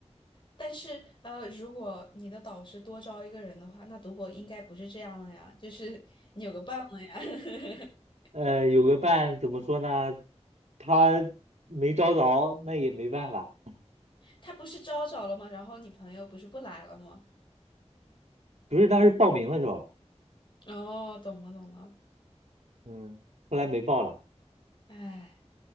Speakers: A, on the left; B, on the right.
A: 但是，呃，如果你的导师多招一个人的话，那读博应该不是这样了呀，就是你有个伴了呀。<laughs>
B: 呃，有个伴怎么说呢，他没招着，那也没办法。
A: 他不是招着了吗？然后你朋友不是不来了吗？
B: 不是当时报名的时候，
A: 哦，懂了懂了。
B: 嗯，后来没报了。
A: 哎，